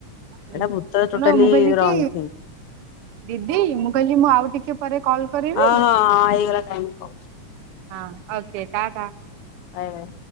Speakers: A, on the right (about 60°); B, on the left (about 65°).
A: ହଁ
B: ଏଟା ଭୂତ
A: ଶୁଣ
B: ଟୋଟାଲି
A: ମୁଁ କହିଲି କି
B: ରଙ୍ଗ ଥିଙ୍ଗ୍।
A: ଦିଦି ମୁଁ କହିଲି ମୁଁ ଆଉ ଟିକେ ପରେ କଲ୍- କରିବି।
B: ହଁ ହଁଁ ହଁ ହେଇଗଲା ଟାଇମ୍ କଉ।
A: ହଁ ଓକେ ଟାଟା
B: ବାଏ ବାଏ।